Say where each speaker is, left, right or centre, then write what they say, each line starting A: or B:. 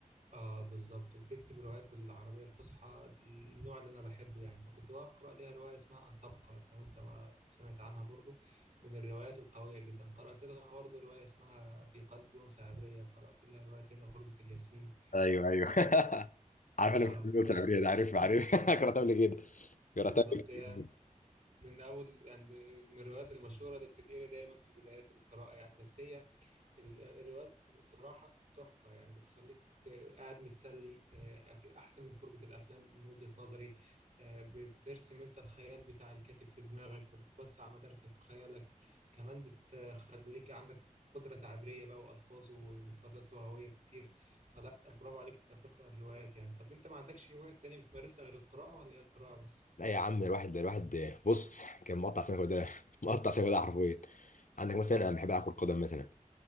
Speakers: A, on the right; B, on the left.
A: اه بالظبط وبتكتب روايات بالعربية الفصحى النوع اللي انا بحبه يعني فكنت بقرا ليها رواية اسمها ان تبقى لو انت ما سمعت عنها برضو من الروايات القوية جدا قرأت لها برضو رواية اسمها في قلب انثى عبرية قرأت لها رواية تانية غربة الياسمين
B: ايوه ايوه <laughs> عارف
A: اه
B: انا بحب التعبير ده عارف عارف <laughs> قراتها قبل كده قراتها
A: فبالظبط
B: قبل
A: هي
B: كده
A: من اول يعني من الروايات المشهورة اللي بتتقري دايما في بدايات القراءة يعني بس هي ال- الروايات صراحة تحفة يعني بتخليك آه، قاعد متسلي آه، أك- أحسن من فرجة الأفلام من وجهة نظري آه، بترسم أنت الخيال بتاع الكاتب في دماغك فبتوسع مداركك وخيالك كمان بتخليك عندك قدرة تعبيرية بقى وألفاظ ومفردات لغوية كتير فلا برافو عليك أنت بتقرأ الروايات يعني طب أنت ما عندكش هواية تانية بتمارسها غير القراءة ولا هي القراءة بس؟
B: لا يا عم الواحد الواحد بص كان مقطع سنه كده مقطع سنه كده حرفيا عندك مثلا انا بحب العب كره قدم مثلا